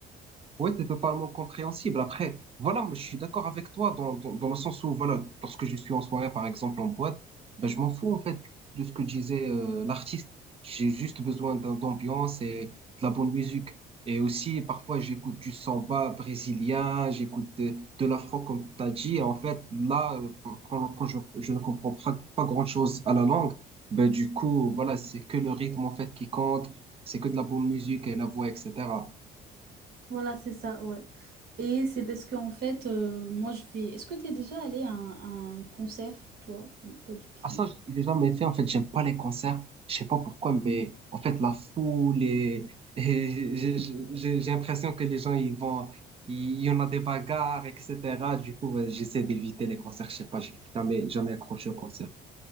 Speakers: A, on the right; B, on the right.
A: Oui, c'est totalement compréhensible. Après, voilà, moi, je suis d'accord avec toi dans, dans, dans le sens où, voilà, lorsque je suis en soirée, par exemple, en boîte, ben, je m'en fous, en fait, de ce que disait euh, l'artiste. J'ai juste besoin d'un- d'ambiance et de la bonne musique. Et aussi, parfois, j'écoute du samba brésilien, j'écoute de, de l'afro, comme tu as dit. Et en fait, là, euh, quand, quand je, je ne comprends pas, pas grand-chose à la langue, ben, du coup, voilà, c'est que le rythme, en fait, qui compte, c'est que de la bonne musique et la voix, etc.
B: Voilà, c'est ça, ouais. Et c'est parce qu'en fait, euh, moi je fais... Est-ce que t'es déjà allé à un, à un concert, toi? Ou Pas du tout.
A: Ah ça, je l'ai jamais fait. En fait, j'aime pas les concerts. Je sais pas pourquoi, mais en fait, la foule et, <laughs> et j'ai j'ai- j'ai- j'ai l'impression que les gens, ils vont, il y en a des bagarres, etc. Du coup, ouais, j'essaie d'éviter les concerts. Je sais pas, j'ai jamais, jamais accroché au concert.